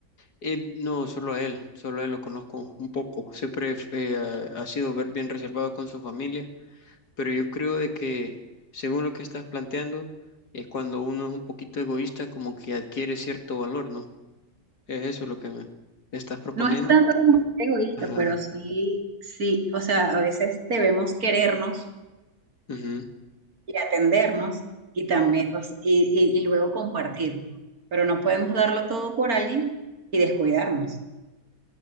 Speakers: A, on the left (about 65°); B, on the right (about 55°).
A: eh, no, solo a él, solo a él lo conozco un poco. Siempre eh, ha ha sido ver- bien reservado con su familia, pero yo creo de que, según lo que estás planteando, es cuando uno es un poquito egoísta, como que adquiere cierto valor, ¿no? Es eso lo que me estás proponiendo.
B: No es tanto como ser egoísta,
A: Ajá.
B: pero sí, sí, o sea, a veces debemos querernos
A: ujú,
B: y atendernos y también, o sea, y, y- y luego compartir, pero no podemos darlo todo por alguien y descuidarnos.